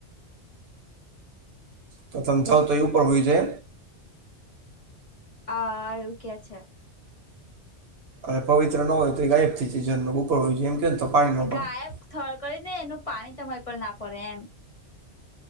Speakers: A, on the left; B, on the right.
A: <inaudible>
B: તો સમજાવ તો એવું પણ હોયું છે
A: આ એવું કે છે
B: અરે પવિત્ર ન હોય તો એ ગાયબથી જરનું ઉપર હોય જો છે એમ કે તો પાણી ન પડે
A: ગાય થળ કરી ને એનું પાણી તમારી પર ના પડે એમ